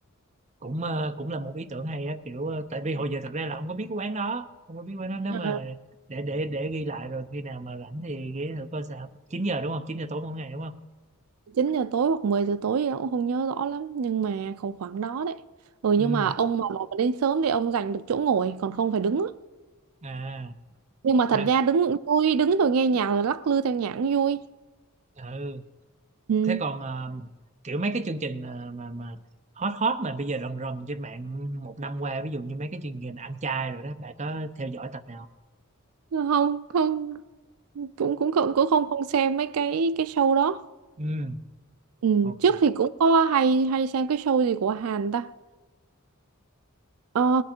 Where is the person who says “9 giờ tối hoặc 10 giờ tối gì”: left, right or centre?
Right